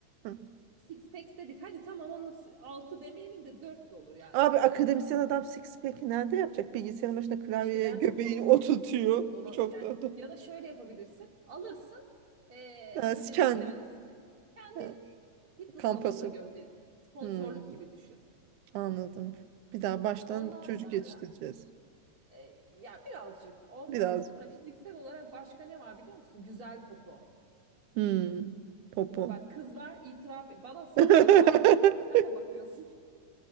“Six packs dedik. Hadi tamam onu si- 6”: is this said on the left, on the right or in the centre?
Right